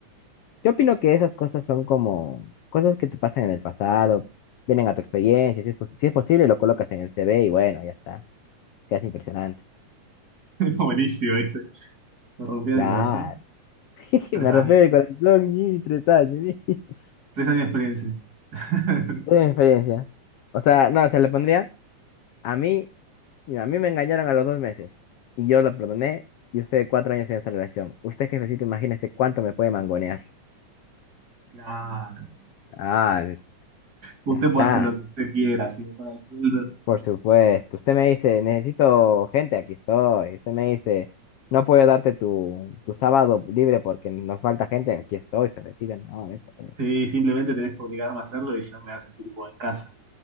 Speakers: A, on the left (about 75°); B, on the right (about 30°).
A: Yo opino que esas cosas son como cosas que te pasan en el pasado, vienen a tu experiencia, si es, pos- si es posible lo colocas en el CV y bueno, ya está. Quedas impresionante.
B: <laughs> buenísimo, ¿viste? Me rompió
A: Claro.
B: el corazón.
A: <laughs>
B: Tres
A: Me
B: años.
A: rompió el corazón y tres años. <laughs>
B: Tres años de experiencia. <laughs>
A: Es mi experiencia. O sea, no, se le pondría a mí, mira, a mí me engañaron a los dos meses y yo lo perdoné y usted cuatro años en esta relación. Usted, jefecito, imagínese cuánto me puede mangonear.
B: Claro.
A: Ah,
B: Usted
A: ya está.
B: puede hacer lo que usted quiera, si me paga el sueldo.
A: Por supuesto, usted me dice, necesito gente, aquí estoy. Usted me dice, no puedo darte tu, tu sábado libre porque nos falta gente, aquí estoy, jefecita. No, no importa.
B: Sí, simplemente tenés que obligarme a hacerlo y ya me hacen tipo en casa.